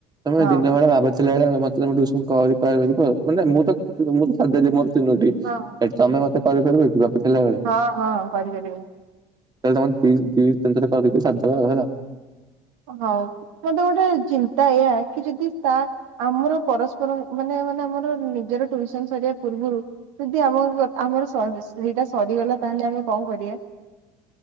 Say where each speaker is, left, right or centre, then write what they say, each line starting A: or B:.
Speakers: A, on the right; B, on the right.
A: ତମେ
B: ହଁ
A: ଦିନ ବେଳେ ବାଵୁ ଥିଲା ବେଳେ ମତେ ମତେ ତମେ ଟିଉସନ କରିପାରିବ ମାନେ ମୁଁ ତ ମୁଁ ତ ସାରି ଦେଲି ମୋର ତିନୋଟି
B: ହଁ
A: ଏ ତମେ ମତେ କରିପାରିବ ଏକ ବାବୁ ଥିଲାବେଳେ?
B: ହଁ ହଁ କରି ପାରିବି।
A: ତାହାଲେ ତମର ଦି ଦି ତିନି ଥର କରିକି ସାରି ଦବ ଆଉ ହେଲା।
B: ହଉ ମତେ ଗୋଟେ ଚିନ୍ତା ଏଇଆ କି ଯଦି ତା ଆମର ପରସ୍ପର ମାନେ ମାନେ ଆମର ନିଜର ଟ୍ୟୁସନ ସରିବା ପୂର୍ବରୁ ଯଦି ଆମ ଆମର ସ ସେଟା ସରିଗଲା ତ ତାହେଲେ ଆମେ କଣ କରିବା?